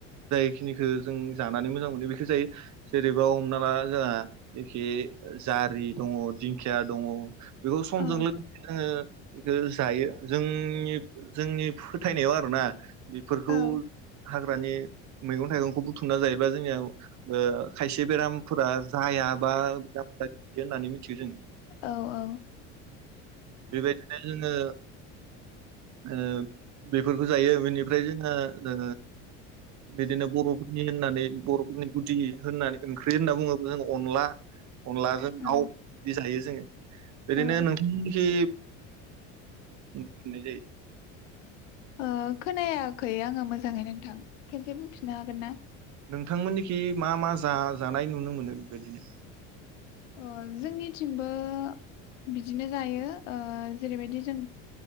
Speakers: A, on the right (about 50°); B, on the left (about 80°).
A: जायखिनिखौ जों जानानै मोजां मोनो बेखौ जायो जेरैबा हमना ला जोंहा एखि जारि दंङ खिया दंङ बेखौ समजों
B: औ
A: लोगोसे जोंङो बेखौ जायो जोंनि जोंनि फोथायनायाव आरोना बेफोरखौ
B: औ
A: हाग्रानि मैगं थाइगंखौ बुथुमना जायोबा जोंनियाव ओ खायसे बेरामफोरा जाया बा बेरामफोरा होननानै मिथियो जों
B: औ
A: बे बायदिनो जोंङो ओ बेफोरखौ जायो बेनिफ्राय जोंङो ओ बिदिनो बर'फोरनि होननानै बर'फोरनि गुदि होननानै ओंख्रि होनना बुंङोब्ला जों अनला अनलाजों
B: औ
A: दाव दि जायो जोंङो ओरैनो
B: औ
A: नोंथांखि <unintelligible> जायो
B: ओ खोनायाखै आंङो मोजांङै नोंथां । खेनसे बुंफिननो हागोन ना?
A: थांमोननिखि मा मा जा जानाय नुनो मोनो बेबायदिनो?
B: अ जोंनिथिंबो बिदिनो जायो ओ जेरैबायदि जों